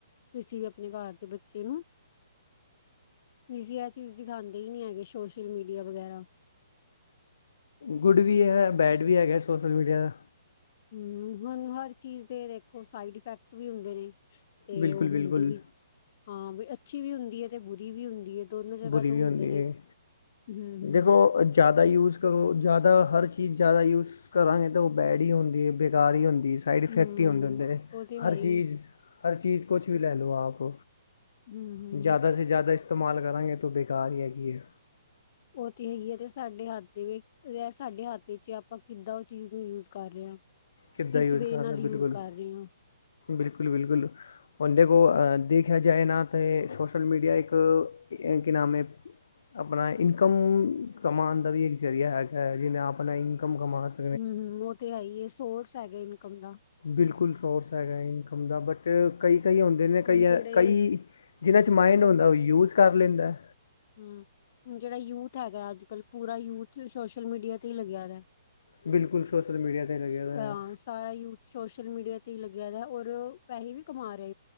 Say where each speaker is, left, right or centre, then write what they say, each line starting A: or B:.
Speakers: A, on the left; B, on the left.
A: ਤੁਸੀ ਵੀ ਆਪਣੇ ਘਰ ਦੇ ਬੱਚੇ ਨੂੰ ਤੁਸੀ ਇਹ ਚੀਜ਼ ਦਿਖਾਉਂਦੇ ਹੀ ਨੀ ਹੈਗੇ ਸੋਸ਼ਲ ਮੀਡੀਆ ਵਗੈਰਾ।
B: ਗੁੱਡ ਵੀ ਹੈ ਬੈਡ ਵੀ ਹੈਗਾ ਸੋਸ਼ਲ ਮੀਡੀਆ।
A: ਹਮ ਹੁਣ ਹਰ ਚੀਜ਼ ਦੇ ਵੇਖੋ ਸਾਈਡ ਇਫੈਕਟ ਵੀ ਹੁੰਦੇ ਨੇ। ਤੇ
B: ਬਿਲਕੁਲ
A: ਉਹ ਹੁੰਦੀ
B: ਬਿਲਕੁਲ
A: ਵੀ ਹਾਂ ਵੀ ਅੱਛੀ ਵੀ ਹੁੰਦੀ ਹੈ ਤੇ ਬੁਰੀ ਵੀ ਹੁੰਦੀ ਹੈ। ਦੋਨੋ ਜਗ੍ਹਾ
B: ਬੁਰੀ
A: ਤੋਂ
B: ਵੀ ਹੁੰਦੀ
A: ਹੁੰਦੇ ਨੇ
B: ਹੈ
A: ਹਮ ਹਮ
B: ਦੇਖੋ ਜ਼ਿਆਦਾ ਯੂਜ਼ ਕਰੋ ਜ਼ਿਆਦਾ ਹਰ ਚੀਜ਼ ਜ਼ਿਆਦਾ ਯੂਜ਼। ਯੂਜ ਕਰਾਂਗੇ ਤਾਂ ਉਹ ਬੈਡ ਹੀ ਹੁੰਦੀ ਬੇਕਾਰ ਹੀ ਹੁੰਦੀ। ਸਾਈਡ ਇਫੈਕਟ
A: ਹਮ
B: ਹੀ ਹੁੰਦੇ ਹੁੰਦੇ
A: ਉਹ ਤੇ ਹੈ
B: ਹਰ
A: ਹੀ
B: ਚੀਜ਼ ਹਰ ਚੀਜ਼ ਕੁਛ ਵੀ ਲੈ ਲਓ ਆਪ
A: ਹਮ ਹਮ
B: ਜ਼ਿਆਦਾ ਸੇ ਜ਼ਿਆਦਾ ਇਸਤੇਮਾਲ ਕਰਾਂਗੇ ਤੋ ਬੇਕਾਰ ਹੀ ਹੈਗੀ ਏ।
A: ਉਹ ਤੇ ਹੈ ਈ ਏ ਤੇ ਸਾਡੇ ਹੱਥ ਦੀ ਵੀ ਐ ਸਾਡੇ ਹੱਥ 'ਚ ਆਪਾਂ ਕਿੱਦਾਂ ਉਹ ਚੀਜ਼ ਨੂੰ ਯੂਜ ਕਰ ਰਹੇ ਹਾਂ।
B: ਕਿੱਦਾਂ
A: ਕਿਸ
B: ਯੂਜ਼
A: ਵੇਹ
B: ਕਰਨਾ
A: ਨਾਲ
B: ਬਿਲਕੁਲ
A: ਯੂਜ਼ ਕਰ ਰਹੇ ਹਾਂ।
B: ਬਿਲਕੁਲ, ਬਿਲਕੁਲ। ਹੁਣ ਦੇਖੋ ਦੇਖਿਆ ਜਾਏ ਨਾ ਤੇ, ਸੋਸ਼ਲ ਮੀਡੀਆ ਇੱਕ ਕੀ ਨਾਮ ਹੈ। ਆਪਣਾ ਇਨਕਮ ਕਮਾਉਣ ਦਾ ਵੀ, ਇੱਕ ਜ਼ਰੀਆ ਹੈਗਾ ਹੈ। ਜਿਨੇ ਆਪਣਾ ਇਨਕਮ ਕਮਾ ਸਕਾਂ?
A: ਹੁਂ ਹੁਂ ਉਹ ਤੇ ਹੈ ਹੀ ਹੈ। ਸੋਰਸ ਹੈਗਾ ਇਨਕਮ ਦਾ।
B: ਬਿਲਕੁਲ ਸੋਰਸ ਹੈਗਾ ਇਨਕਮ ਦਾ, ਬਟ ਕਈ ਕਈ ਹੁੰ ਕਈ,
A: ਹੁਣ ਜਿਹੜੇ
B: ਕਈ ਜਿਹਨਾਂ 'ਚ ਮਾਇੰਡ ਹੁੰਦਾ ਉਹ ਯੂਜ ਕਰ ਲੈਂਦਾ।
A: ਹੁਂ, ਹੁਣ ਜਿਹੜਾ ਯੂਥ ਹੈਗਾ ਅੱਜ ਕਲ, ਪੂਰਾ ਯੂਥ ਸੋਸ਼ਲ ਮੀਡੀਆ ਤੇ ਹੀ ਲੱਗਿਆ ਦਾ।
B: ਬਿਲਕੁਲ, ਸੋਸ਼ਲ ਮੀਡੀਆ 'ਤੇ ਹੀ ਲੱਗਿਆ
A: ਅ
B: ਹੋਇ ਹੈ।
A: ਸਾਰਾ ਯੂਥ ਸੋਸ਼ਲ ਮੀਡੀਆ ਤੇ ਹੀ ਲੱਗਿਆਦਾ, ਹੋਰ ਪੈਸੇ ਵੀ ਕਮਾ ਰਿਹਾ।